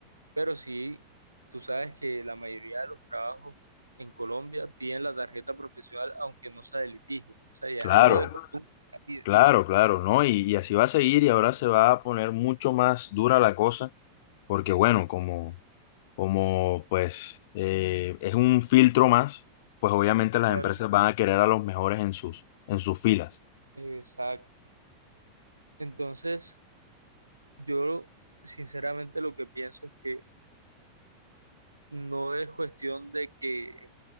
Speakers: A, on the right (about 85°); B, on the left (about 50°).
A: pero sí, tú sabes que la mayoría de los trabajos en Colombia piden la tarjeta profesional aunque no sea de litigio, o sea, ya
B: Claro.
A: es algo de costumbre. que la piden.
B: Claro, claro, ¿no? Y, y así va a seguir y ahora se va a poner mucho más dura la cosa, porque bueno, como, como pues eh, es un filtro más, pues obviamente las
A: Claro.
B: empresas van a querer a los mejores en sus, en sus filas.
A: Exacto. Entonces... Yo sinceramente lo que pienso es que no es cuestión de que